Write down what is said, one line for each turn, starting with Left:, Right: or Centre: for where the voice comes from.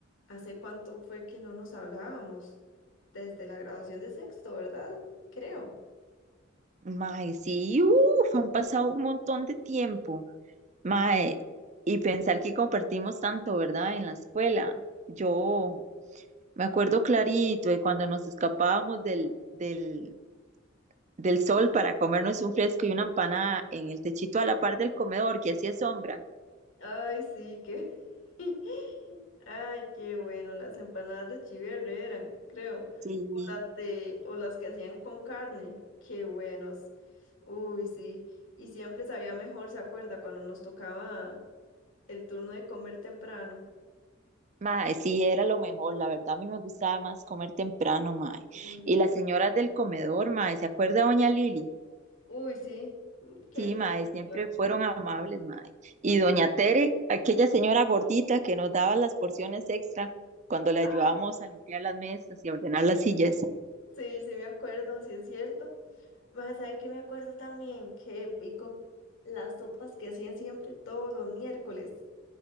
Left: ¿Hace cuánto fue que no nos hablábamos? Desde la graduación de sexto, ¿verdad? Creo.
Right: Mae, sí, uff, han pasado un montón de tiempo. Mae, y pensar que compartimos tanto, ¿verdad? En la escuela. Yo me acuerdo clarito de cuando nos escapábamos del, del del sol para comernos un fresco y una empanada en el techito a la par del comedor, que así es sombra.
Left: Ay, sí, qué... <laughs> Ay, qué bueno. Las empanadas de Chiverre eran, creo.
Right: Sí,
Left: O las de... O las que hacían con carne. Qué buenos. Uy, sí. Y siempre sabía mejor, ¿se acuerda? Cuando nos tocaba el turno de comer temprano.
Right: mae, sí, era lo mejor, la verdad a mí me gustaba más comer temprano, mae.
Left: Uy,
Right: Y las señoras del comedor, mae, ¿se acuerda doña Lili?
Left: Uy, sí, mm, qué
Right: Sí,
Left: lindo,
Right: mae, siempre
Left: señor.
Right: fueron amables, mae. Y doña Tere, aquella señora gordita que nos daba las porciones extra cuando le ayudábamos
Left: Ah,
Right: a limpiar las mesas y a ordenar las sillas.
Left: sí, sí me acuerdo, sí es cierto. Vas a saber que me acuerdo también, qué épico, las sopas que hacían siempre todos los miércoles,